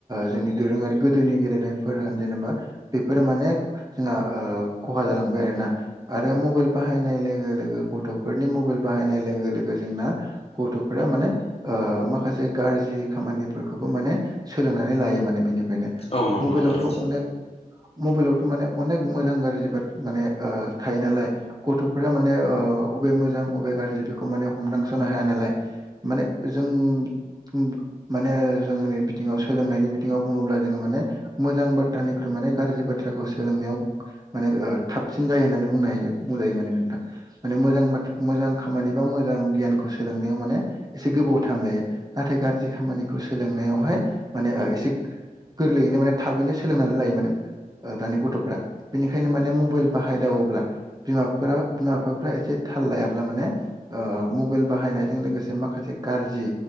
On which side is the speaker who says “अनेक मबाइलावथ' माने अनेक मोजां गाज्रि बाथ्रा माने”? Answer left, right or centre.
Right